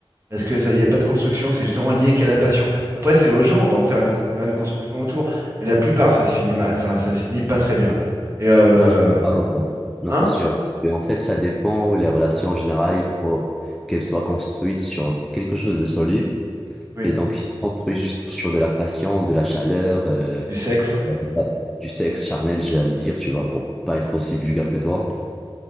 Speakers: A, on the right; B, in the centre.
A: Parce que ça, il n'y a pas de construction, c'est justement lié qu'à la passion. Après, c'est aux gens d'en faire une, con- faire une construction autour, mais la plupart, ça se finit mal, enfin, ça se finit pas très bien. Et euh,
B: Non, je ne suis pas avocat.
A: enfin,
B: Non,
A: hein?
B: c'est sûr. Mais en fait, ça dépend. Les relations en général, il faut qu'elles soient construites sur quelque chose de solide.
A: Oui,
B: Et donc, si c'est construit juste sur de la passion, de la chaleur, euh,
A: du sexe.
B: euh, voilà, du sexe charnel, j'allais dire, tu vois, pour pas être aussi vulgaire que toi.